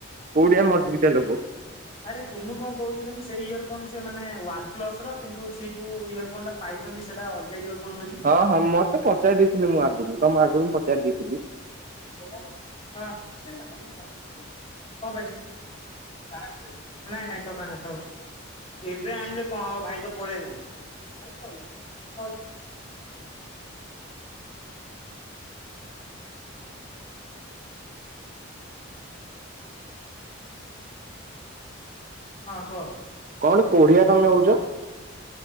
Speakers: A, on the right; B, on the left.
A: କୋଉଠି ଆ ମଜବିତିଆ ଲୋକ?
B: <inaudible> ଆରେ କୁନୁ କଣ କହୁଚି କନ ସେଇ ଇଅରଫୋନ ସିଏ ମାନେ ୱାନ ପ୍ଲୁସ ର କିନ୍ତୁ ସି ଯୋଉ ଇଅରଫୋନ ଟା ପାଇଚନ୍ତି ସେଟା ଅ <unintelligible>
A: ହଁ ହଁ ମତେ ପଚାରି ଦେଇଥିଲେ ମୁଁ ଆଗରୁ ତମ ଆଗରୁ ମୁଁ ପଚାରି ଦେଇଥିଲି।
B: <inaudible> <inaudible> ଏବେ ଆଣିଲେ କଣ ହବ ଭାଇ ତ ପଳେଇଲାଣି। <inaudible> <inaudible> <inaudible> ହଁ କ।
A: କଣ କୋଢିଆ ତମେ ହଉଚ?